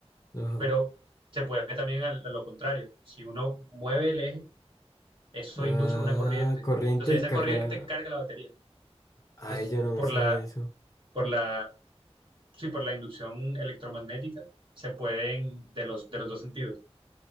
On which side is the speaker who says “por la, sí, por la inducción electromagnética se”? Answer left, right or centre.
Right